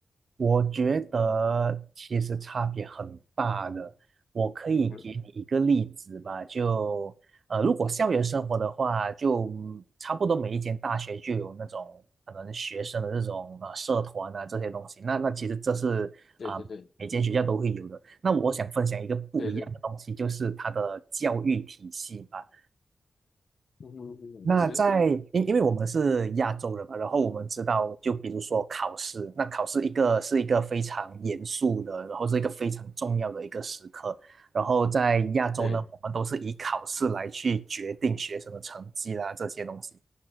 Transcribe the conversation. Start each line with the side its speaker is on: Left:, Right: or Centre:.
Right: 我觉得其实差别很大的，我可以给你一个例子吧，
Left: 嗯哼，
Right: 就呃，如果校园生活的话，就嗯差不多每一间大学就有那种可能学生的这种呃社团啊这些东西，那那其实这是啊、
Left: 对对对
Right: 每间学校都会有的。那我想分享一个不一样的东西，
Left: 对对，
Right: 就是它的教育体系吧。
Left: 嗯哼，嗯哼是，
Right: 那在，因因为我们是亚洲人嘛，然后我们知道，就比如说考试，那考试一个是一个非常严肃的，然后是一个非常重要的一个时刻。然后在亚洲呢，
Left: 对，
Right: 我们都是以考试来去决定学生的成绩啦，这些东西。